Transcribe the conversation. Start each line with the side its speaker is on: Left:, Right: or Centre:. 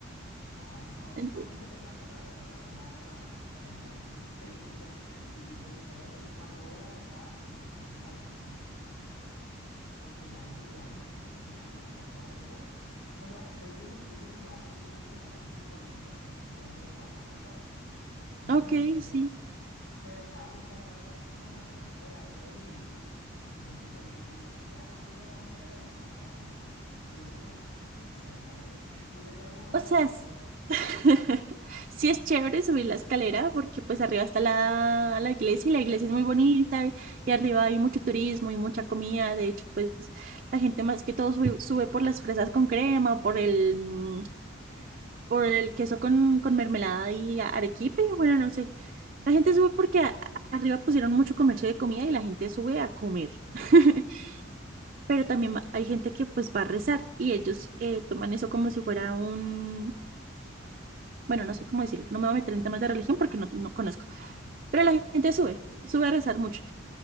Left: Ay, no, suena
Right: Ent-
Left: muy interesante, la verdad. O sea, ya también me vendiste <laughs> esa idea y sí me gustaría, porque cuando voy a Bogotá, como que siento que a veces como que no sé qué hacer, ¿sabes? Como que ya los <laughs> lugares que como que ya me los conozco. Bueno, el último, el último lugar que vi que me pareció súper lindo fue este pueblo de Guatavita. Muy
Right: Ok,
Left: lindo.
Right: sí.
Left: Pero estaba buscando algo así como natural por hacer y, y siempre salía en internet como que, ay, sube las escaleras de Monserrate caminando. Y es como, de, ay, no sé, o sea, <laughs> yo quería algo más
Right: O
Left: natural,
Right: sea, es-
Left: ¿sabes?
Right: <laughs> sí es chévere subir la escalera porque pues arriba está la, la iglesia y la iglesia
Left: Ajá.
Right: es muy bonita y, y arriba hay mucho turismo y mucha comida. De hecho, pues la gente más que todo sube, sube por las fresas con crema o por el, mm, por el queso con, con mermelada y a- arequipe. Bueno, no sé. La gente sube porque a- a- arriba pusieron mucho comercio de comida y la gente sube a comer.
Left: A
Right: <laughs>
Left: comer,
Right: Pero también va- hay gente que pues va a rezar y ellos eh, toman eso como si fuera un
Left: como,
Right: bueno, no sé cómo decirlo,
Left: sí,
Right: no me
Left: como,
Right: voy a meter en temas de religión porque no, no conozco,
Left: ajá,
Right: pero la gente sube, sube a rezar mucho.